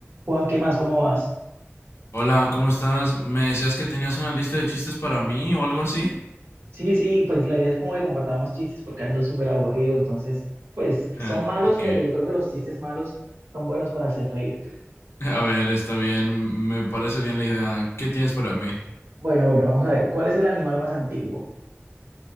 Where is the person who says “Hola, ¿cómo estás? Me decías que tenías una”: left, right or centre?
Left